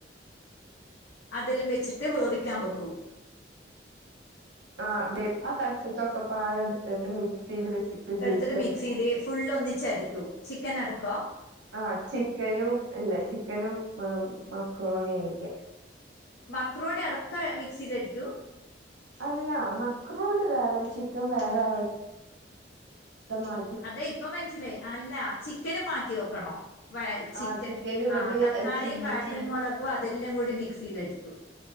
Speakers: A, on the left; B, on the right.
A: അതെല്ലാം വെച്ചിട്ട് വേവിക്കാൻ വെക്കും
B: ആഹ് അതേ ആ തട്ടത്തൊക്കെ പാഴ എടുത്തിട്ട് മിക്സിയിൽ വെച്ചിട്ട് ജ്യൂസ്
A: എടുത്തിട്ട്
B: അടിക്കും
A: മിക്സിയില് ഫുൾ ഒന്നിച്ച് അരയ്ക്കും ചിക്കൻ അടക്കവോ
B: ആഹ് ചിക്കനും യില്ലെ ചിക്കനും മക്രോണിയും കഴിക്കാം
A: മക്രോണി അടക്കം മിക്സിയിൽ അടിക്കുവോ
B: അല്ല, മക്രോണി വേറെ, ചിക്കൻ, വേറെവിടെ തെമാ
A: അതെയ് ഇപ്പ മനസ്സിലായി അല്ല ചിക്കനും മാറ്റി വെക്കണോ? വ ചിക്കൻ
B: ആ ചിക്കനും ഇങ്ങട്ട്
A: ആഹ് തക്കാളിയും
B: ചില്ലി
A: വാറ്റൽ
B: ചില്ലി
A: മൊളകും അതെല്ലം കൂടി മിക്സീലടിക്കു.